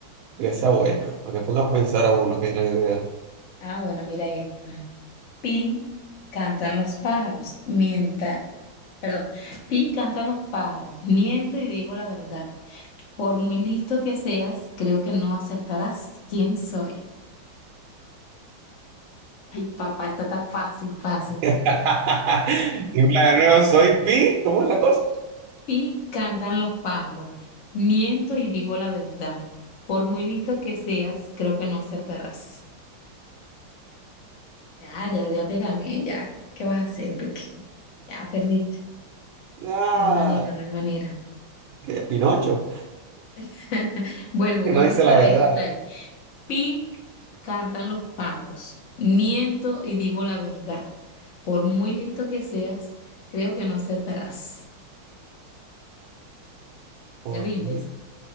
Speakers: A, on the right (about 80°); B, on the left (about 55°).
A: para que sea buena, para que ponga a pensar a uno, que es la idea.
B: Ah, bueno, mira esta. Pi cantan los pájaros, mienta, perdón, pi cantan los pájaros, miento y digo la verdad. Por muy listo que seas, creo que no acertarás quién soy. Ay, papá, esta está fácil, fácil.
A: <laughs> Y plan, de nuevo, soy Pi, ¿cómo es la cosa?
B: Y cantan los pájaros. Miento y digo la verdad. Por muy listo que seas, creo que no acertarás. Ya, ya, ya te gané, ya. ¿Qué vas a hacer, Enrique? Ya perdiste.
A: Ah,
B: No hay manera, no hay manera.
A: que Pinocho,
B: <laughs> Vuelvo,
A: que
B: vuelvo
A: no dice
B: otra
A: la verdad.
B: vez, otra vez. Pi, cantan los pájaros. Miento y digo la verdad. Por muy listo que seas, creo que no acertarás.
A: Por
B: Te rindes.
A: mu-